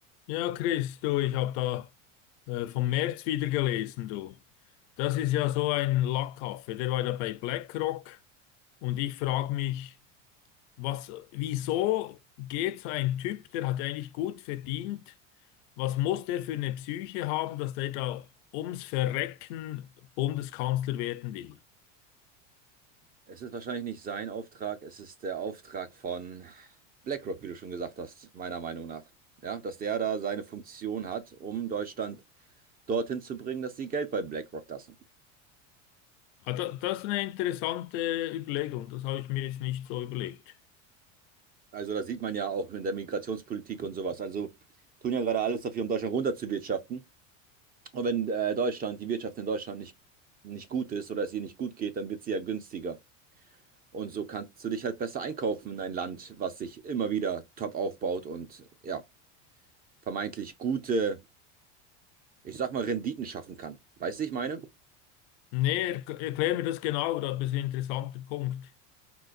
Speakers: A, on the left; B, on the right.
A: Ja, Chris, du, ich habe da äh, vom März wieder gelesen, du. Das ist ja so ein Lackaffe, der war da bei BlackRock und ich frage mich, was, wieso geht so ein Typ, der hat ja eigentlich gut verdient, was muss der für eine Psyche haben, dass der da ums Verrecken Bundeskanzler werden will?
B: Es ist wahrscheinlich nicht sein Auftrag, es ist der Auftrag von BlackRock, wie du schon gesagt hast, meiner Meinung nach. Ja, dass der da seine Funktion hat, um Deutschland dorthin zu bringen, dass sie Geld bei BlackRock lassen.
A: Ah, da- das ist eine interessante Überlegung, das habe ich mir jetzt nicht so überlegt.
B: Also das sieht man ja auch in der Migrationspolitik und sowas. Also tun ja gerade alles dafür, um Deutschland runterzuwirtschaften. Und wenn äh, Deutschland, die Wirtschaft in Deutschland nicht, nicht gut ist oder es ihr nicht gut geht, dann wird sie ja günstiger. Und so kannst du dich halt besser einkaufen in ein Land, was sich immer wieder top aufbaut und ja, vermeintlich gute ich sag mal, Renditen schaffen kann. Weißt du, ich meine?
A: Nee, er, erklär mir das genau, aber das ist ein interessanter Punkt.